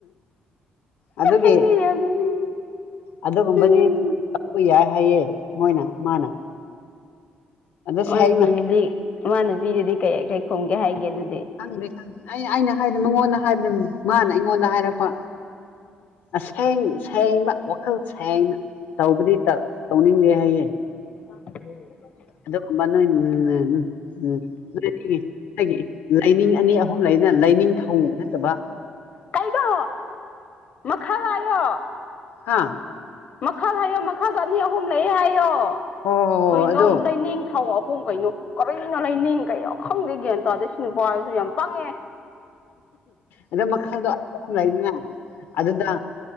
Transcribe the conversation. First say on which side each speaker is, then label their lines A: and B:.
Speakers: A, on the left; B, on the left.
A: ꯑꯗꯨꯒꯤ
B: ꯑꯩꯗꯤ ꯌꯥꯝ ꯅꯣꯛꯅꯤꯡꯉꯦ
A: ꯑꯗꯨꯒꯨꯝꯕꯗꯤ
B: ꯎꯝ
A: ꯇꯧꯕ ꯌꯥꯏ ꯍꯥꯏꯌꯦ ꯃꯣꯏꯅ ꯃꯥꯅ ꯑꯗ
B: ꯑꯃ
A: ꯁꯦꯡꯅ
B: ꯅꯨꯄꯤꯗꯨꯗꯤ ꯑꯃ ꯅꯨꯄꯤꯗꯨꯗꯤ ꯀꯩ ꯀꯩ ꯈꯨꯝꯒꯦ ꯍꯥꯏꯒꯦ ꯑꯗꯨꯗꯤ
A: ꯈꯪꯗꯦ ꯈꯪꯗꯦ ꯑꯩ ꯑꯩꯅ ꯍꯥꯏꯕꯗ ꯃꯉꯣꯟꯗ ꯍꯥꯏꯕꯗ ꯃꯥꯅ ꯑꯩꯉꯣꯟꯗ ꯍꯥꯏꯔꯛꯄ ꯑꯥꯁꯦꯡ ꯁꯦꯡꯅ ꯋꯥꯈꯜ ꯁꯦꯡꯅꯥ ꯇꯧꯕꯗꯤ ꯇꯠ ꯇꯧꯅꯤꯡꯗꯦ ꯍꯥꯏꯌꯦ
B: <inaudible>
A: ꯑꯗꯨꯒꯨꯝꯕꯥ ꯅꯣꯏ <unintelligible> ꯎꯝ ꯅꯣꯏꯒꯤ ꯑꯩꯒꯤ ꯂꯥꯏꯅꯤꯡ ꯑꯅꯤ ꯑꯍꯨꯝ ꯂꯩꯗꯅ ꯂꯥꯏꯅꯤꯡꯊꯧ ꯅꯠꯇꯕ
B: ꯀꯩꯅꯣ ꯃꯈꯜ ꯍꯥꯏꯌꯣ
A: ꯍꯥ
B: ꯃꯈꯜ ꯍꯥꯏꯌꯣ ꯝꯈꯜ ꯑꯅꯤ ꯑꯍꯨꯝ ꯂꯩ ꯍꯥꯏꯌꯣ
A: ꯍꯣꯏ ꯍꯣꯏ ꯍꯣꯏ ꯍꯣꯏ
B: ꯀꯩꯅꯣ
A: ꯑꯗꯣ
B: ꯂꯩꯅꯤꯡꯊꯧ ꯑꯍꯨꯝ ꯀꯩꯅꯣ ꯀꯔꯤꯅꯣ ꯂꯩꯅꯤꯡ ꯀꯩꯅꯣ ꯈꯪꯗꯦ ꯒ꯭ꯌꯥꯟ ꯇꯥꯗꯦ ꯁꯤ ꯅꯨꯄꯥ ꯁꯤꯁꯨ ꯌꯥꯝ ꯄꯪꯉꯦ
A: ꯑꯗꯣ ꯃꯈꯜ ꯗꯣ ꯑꯅꯤ ꯑꯍꯨꯝ ꯂꯩꯗꯅꯥ ꯑꯗꯨꯗ